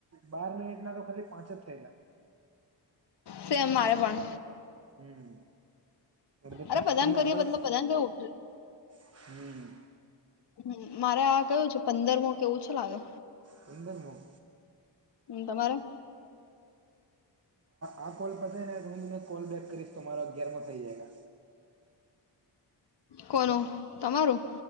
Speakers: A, on the right (about 35°); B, on the left (about 65°).
A: બાર મિનિટ ના તો ખાલી પાંચ જ થયેલા.
B: સેમ મારે પણ.
A: હમ, અડ
B: અરે પ્રદાન
A: તમે
B: કરીએ
A: આગળ.
B: મતલબ પ્રદાન કેવું
A: હમ. <unintelligible>
B: હ, મારે આ કયું છે, પંદર મો કેવું છે લાગે.
A: પંદરમાં.
B: હમ, તમારે?
A: આ કોલ પતે ને, હું તમને કોલ બેક કરીશ, તો મારો અગિયારમો થઈ જાય.
B: કોનું તમારું?